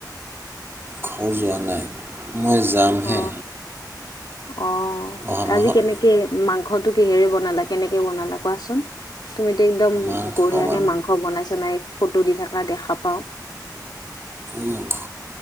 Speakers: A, on the right; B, on the left.
A: ঘৰ যোৱা নাই। মই যামহে
B: অ অ
A: অহা
B: আজি
A: মাহত
B: কেনেকে মাংস খটো কিহেৰে বনালা? কেনেকে বনালা কোৱাচোন? তুমি এতিয়া একদম
A: মাংস
B: বঢ়িয়াকে
A: মান
B: মাংস বনাইছ নাই? ফটো দি থকা দেখা পাওঁ।
A: মাংস